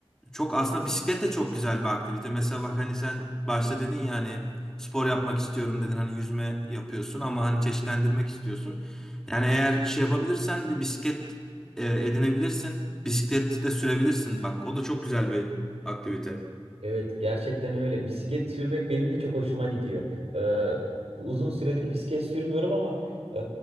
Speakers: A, in the centre; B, on the right (about 80°).
A: Çok aslında bisiklet de çok güzel bir aktivite. Mesela bak hani sen başta dedin ya hani spor yapmak istiyorum dedin. Hani yüzme yapıyorsun ama hani çeşitlendirmek istiyorsun. Yani eğer şey yapabilirsen bir bisiklet e, edinebilirsin. Bisiklet de sürebilirsin. Bak o da çok güzel bir aktivite.
B: Evet gerçekten öyle. Bisiklet sürmek benim de çok hoşuma gidiyor. Ee, bu uzun süredir bisiklet sürmüyorum ama e,